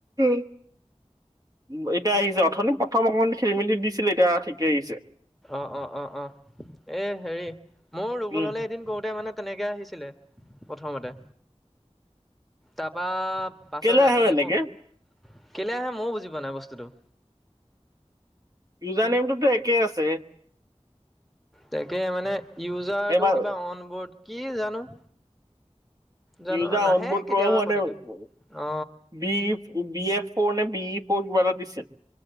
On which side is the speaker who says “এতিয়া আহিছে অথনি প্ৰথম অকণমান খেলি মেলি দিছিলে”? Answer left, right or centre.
Right